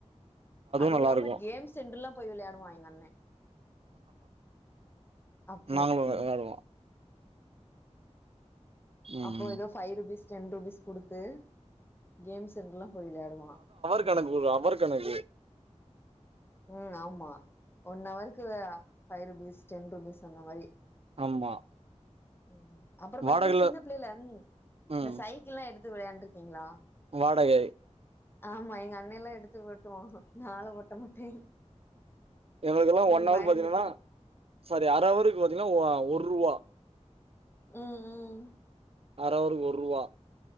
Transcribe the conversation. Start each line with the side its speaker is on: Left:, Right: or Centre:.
Left: அதுவு
Right: நல்லா
Left: இல்லாம
Right: இருக்கு
Left: கேம் சென்டர்ல்லா போய் விளையாடுவா எங்க அண்ண அப்போ
Right: நாங்களு வெளாடுவோ
Left: ம்
Right: ம்
Left: அப்போ ஏதோ ஃபைவ் ருபீஸ் டென் ருபீஸ் குடுத்து கேம் சென்டர்ல போய் விளையாடுவா
Right: இல்ல எனக்கு ஒரு அவர் கணக்கு
Left: ம் ஆமா ஒன் அவருக்கு ஃபைவ் ருபீஸ் டென் ருபீஸ் அந்த மாரி
Right: ஆமா
Left: ம் அப்பறம் பாத்திங்கனா
Right: வாடகைல
Left: சின்ன புள்ளைல இந்த
Right: ம்
Left: சை க்கிள்லா எடுத்து விளையாண்டுருக்கிங்ளா
Right: வாடகை
Left: ஆமா எங்க அண்ணேலா எடுத்து ஓட்டுவா நாலா ஓட்ட மாட்டே
Right: எங்ளுக்கெல்லா
Left: எனக்கு
Right: ஒன் ஹவர்
Left: பயந்துட்டு
Right: பாத்திங்கன்னா சாரி அர அவர்க்கு பாத்திங்கன்னா அ ஒர்ருவா
Left: ம் ம்
Right: அர அவருக்கு ஒர்ருவா